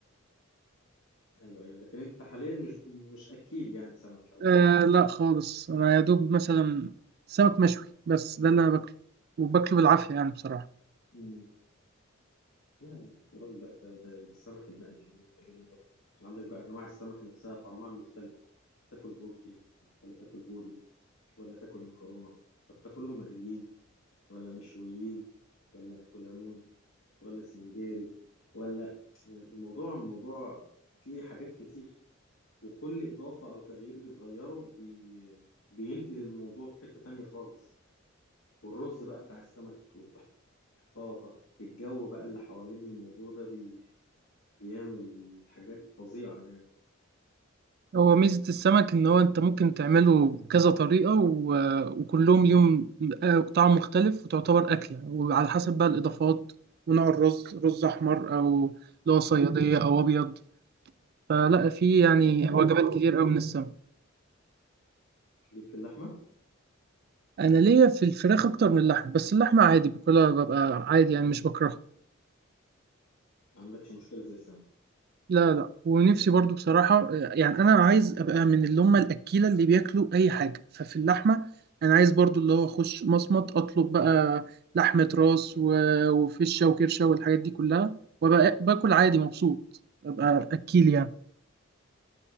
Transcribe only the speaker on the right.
أه لا خالص انا يا دوب مثلا سمك مشوي بس ده اللي انا باكله وباكله بالعافيه يعني بصراحه
هو ميزه السمك ان هو انت ممكن تعمله بكذا طريقه و- وكلهم ليهم آه، طعم مختلف وتعتبر اكله وعلى حسب بقى الاضافات ونوع الرز رز احمر او اللي هو صياديه
او ابيض فلا في يعني
وجبات
كتير قوي من السمك
انا ليا في الفراخ اكتر من اللحم بس اللحمه عادي باكلها ببقى عادي يعني مش بكرهها
لا لا ونفسي برضو بصراحه يعني انا عايز ابقى من اللي هم الاكيله اللي بياكلوا اي حاجه ففي اللحمه انا عايز برضو اللي هو اخش مصمت اطلب بقى لحمه راس و- وفشه وكرشه والحاجات دي كلها وابقى باكل عادي مبسوط ابقى اكيل يعني